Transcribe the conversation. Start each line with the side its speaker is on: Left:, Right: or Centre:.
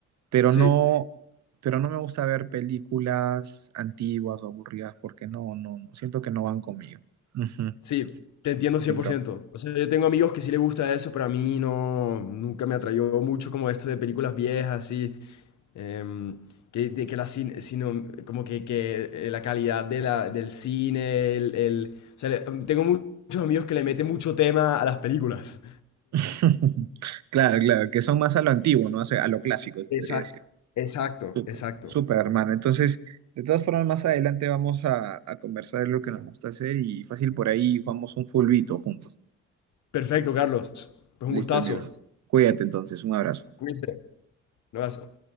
Right: pero
Left: sí,
Right: no, pero no me gusta ver películas antiguas o aburridas porque no, no, no, siento que no van conmigo. Ujú,
Left: sí, te entiendo cien
Right: mi
Left: por
Right: bro.
Left: ciento. O sea, yo tengo amigos que sí les gusta eso, pero a mí no, nunca me atrayó mucho como esto de películas viejas, así. Em, que, de que la cine- sino, como que, que, eh, la calidad de la, del cine, el, el- o sea, le- tengo mu- muchos amigos que le meten mucho tema a las películas.
Right: <laughs> Claro, claro, que son más a lo antiguo, ¿no? O sea, a lo clásico, se
Left: Exacto,
Right: podría decir.
Left: exacto,
Right: Súper,
Left: exacto.
Right: súper, hermano. Entonces, de todas formas, más adelante vamos a, a conversar de lo que nos gusta hacer y fácil por ahí jugamos un fulbito juntos.
Left: Perfecto, Carlos. Pues
Right: Listo,
Left: un gustazo.
Right: mi bro. Cuídate entonces, un abrazo.
Left: Cuídense. Un abrazo.